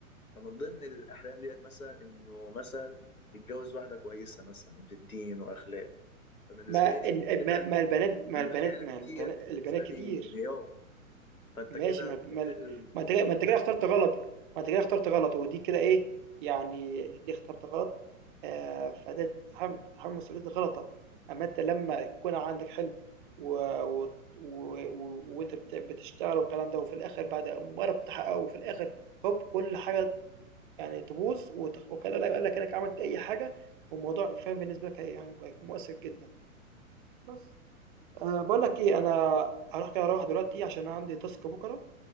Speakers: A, on the left; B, on the right.
A: فمن ضمن الأحلام ديت مثلا إنه مثلا يتجوز واحدة كويسة مثلا في الدين وأخلاق فبالنسبة
B: ما
A: لي
B: ال
A: كده
B: ما ما البنات ما البنات
A: الخيانة
B: ما
A: في
B: البنا
A: ديت
B: البنات
A: بالنسبة
B: كتير.
A: لي انهيار فأنت
B: ماشي
A: كده
B: ما
A: ضبطت
B: ما
A: ال-
B: ما انت كده-
A: ضبطت
B: ما انت كده
A: ال-
B: اخترت غلط ما انت كده اخترت غلط ودي كده ايه يعني دي اخترت غلط آه فده تتحمل تتحمل مسؤولية غلطك اما انت لما يكون عندك حلم و... و... و... و... وانت بت... بتشتغل والكلام ده وفي الاخر بعد مجرد تحققه وفي الاخر هوب كل حاجة يعني تبوظ وت... وكان لا يقول لك انك عملت اي حاجة والموضوع فاهم بالنسبة لك هي- يعني هيكون مؤثر جدا بس أه بقول لك ايه انا هروح كده اروح دلوقتي عشان أنا عندي تاسك بكرة